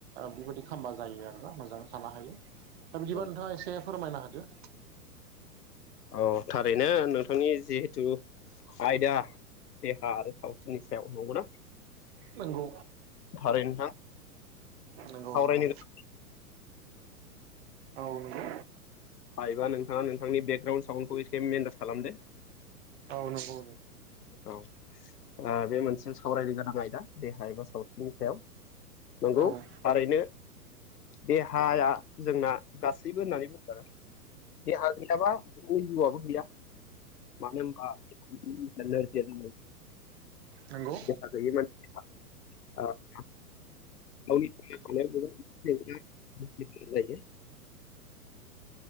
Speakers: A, on the right; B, on the left.
A: बेबायादि खालामामबा जायो आरोना मोजाङै थानो हायो दा बिदिबा
B: नंगौ
A: नोंथाङा एसे फोरमायनो होदो
B: औ थारैनो नोंथांनि जिहेथु आयदा देहा आरो सावस्रिनि सायाव नंगौना
A: नंगौ
B: थारै नोंथां
A: नंगौ
B: सावरायनो
A: नंगौ
B: गोनां
A: औ नंगौ
B: हायोबा नोंथाङा नोंथांनि बेकग्राउन्ड साउन्डखौ एसे मेनटेज खालामदो
A: औ नंगौ नो
B: औ ओ बे मोनसे सावरायनो गोनां आयदा देहा एबा सावस्रिनि सायाव नंगौ
A: औ
B: थारैनो देहाया जोंना गासैबो होननानै बुंदों देहा गैयाबा अंग'आबो गैया मानो होमबा <unintelligible>
A: नंगौ
B: <unintelligible> <unintelligible>